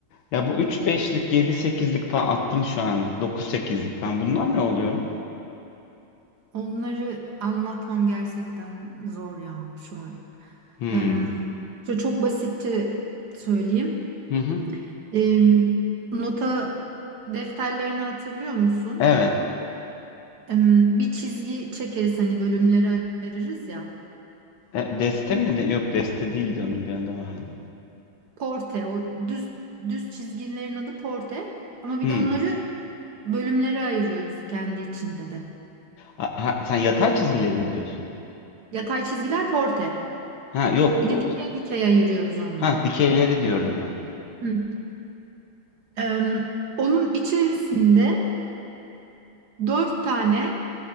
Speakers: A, on the left (about 70°); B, on the right (about 60°).
A: Ya bu üç beşlik, yedi sekizlik falan attım şu an. dokuz sekizlik falan. Bunlar ne oluyor?
B: Onları anlatmam gerçekten zor ya şu an.
A: Hmm.
B: Em, şöyle çok basitçe söyleyeyim.
A: Hı hı.
B: Em, nota defterlerini hatırlıyor musun?
A: Evet.
B: Em, bir çizgi çekeriz hani bölümleri ayırırız ya.
A: E, deste mi? De? Yok deste değildi onun bir adı vardı.
B: Porte, o düz düz çizgilerin adı porte. Ama
A: Hmm.
B: bir de onları bölümlere ayırıyoruz kendi içinde de.
A: Ha, ha, sen yatay çizgileri mi diyorsun?
B: Yatay çizgiler porte.
A: Ha yok
B: Bir de
A: o
B: dikey dikey ayırıyoruz onları.
A: ha dikeyleri diyorum ben.
B: Hı. Em, onun içerisinde Dört tane